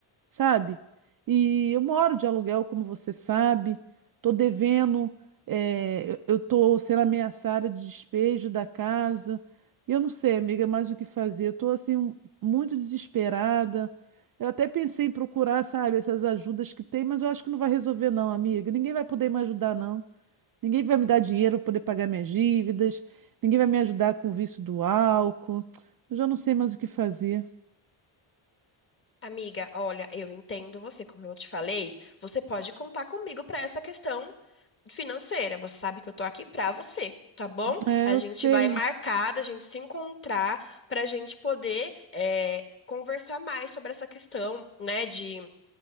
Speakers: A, on the right; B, on the left.
A: sabe? E eu moro de aluguel, como você sabe, tô devendo, eh, eu eu tô sendo ameaçada de despejo da casa. E eu não sei, amiga, é mais o que fazer. Eu tô assim um- muito desesperada. Eu até pensei em procurar, sabe, essas ajudas que tem, mas eu acho que não vai resolver não, amiga. Ninguém vai poder me ajudar não. Ninguém vai me dar dinheiro para poder pagar minhas dívidas. Ninguém vai me ajudar com o vício do álcool. Eu já não sei mais o que fazer.
B: Amiga, olha, eu entendo você, como eu te falei, você pode contar comigo pra essa questão financeira. Você sabe que eu tô aqui pra você, tá bom?
A: É,
B: A
A: eu
B: gente
A: sei.
B: vai marcar, a gente se encontrar pra gente poder é, conversar mais sobre essa questão, né, de